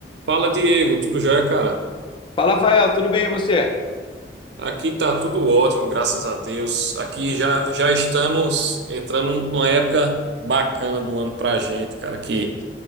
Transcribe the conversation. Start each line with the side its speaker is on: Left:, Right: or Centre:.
Right: Fala, Diego, tudo jóia, cara?
Left: Fala, Rafael, tudo bem e você? O
Right: Aqui tá tudo ótimo, graças a Deus. Aqui já, já estamos entrando numa época bacana do ano pra gente, cara, que,